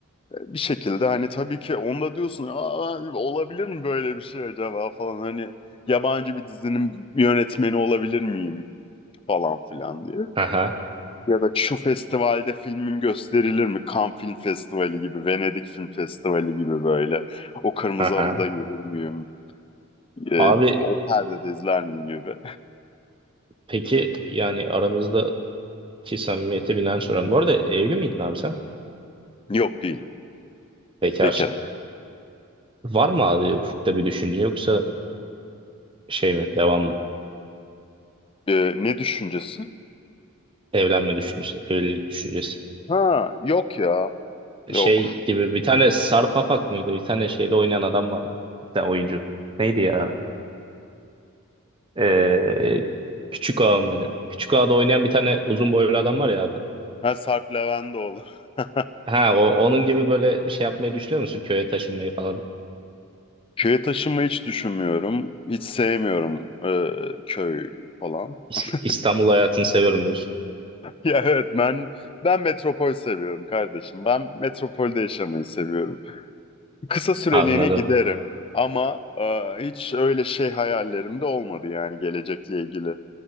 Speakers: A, on the left (about 25°); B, on the right (about 25°).
A: bir şekilde hani tabii ki onda diyorsun Aa, olabilir mi böyle bir şey acaba falan hani yabancı bir dizinin yönetmeni olabilir miyim falan filan diye.
B: Aha,
A: Ya da şu festivalde filmim gösterilir mi? Cannes Film Festivali gibi, Venedik Film Festivali gibi böyle. O kırmızı
B: aha.
A: halıda yürür müyüm? Ee,
B: Abi
A: o perdede izler miyim gibi.
B: peki yani aramızdaki samimiyete binaen soruyorum. Bu arada evli miydin abi sen?
A: <laughs> Yok değilim.
B: Bekarsın.
A: Bekarım.
B: Var mı abi ufukta bir düşünce yoksa şey mi devam mı?
A: Ee, ne düşüncesi?
B: Evlenme düşüncesi, evlilik düşüncesi.
A: Ha yok ya. Yok.
B: Şey gibi bir tane Sarp Apak mıydı? Bir tane şeyle oynayan adam vardı. Bir tane oyuncu. Neydi ya? Ee, Küçük Ağa mıydı? Küçük Ağa'da oynayan bir tane uzun boylu adam var ya abi.
A: Ha Sarp Leventoğlu. <laughs>
B: Ha o, onun gibi böyle şey yapmayı düşünüyor musun? Köye taşınmayı falan.
A: Köye taşınmayı hiç düşünmüyorum. Hiç sevmiyorum e, köy falan.
B: İs-
A: <laughs>
B: İstanbul hayatını seviyorum diyorsun.
A: Ya evet ben ben metropol seviyorum kardeşim. Ben metropolde yaşamayı seviyorum. Kısa süreliğine
B: Anladım.
A: giderim ama e, hiç öyle şey hayallerim de olmadı yani gelecekle ilgili.